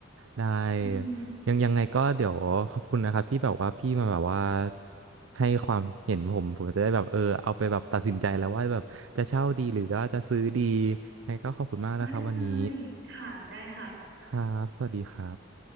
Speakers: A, on the right (about 75°); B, on the right (about 55°).
A: ได้
B: อืม
A: ยังยังไงก็เดี๋ยวขอบคุณนะครับที่แบบว่าพี่มาแบบว่าให้ความเห็นผมผมจะได้แบบเออเอาไปแบบตัดสินใจแล้วว่าแบบจะเช่าดีหรือว่าจะซื้อดียังไงก็ขอบคุณมากนะครับวันนี้
B: ได้เลยค่ะได้ค่ะ
A: ครับสวัสดีครับ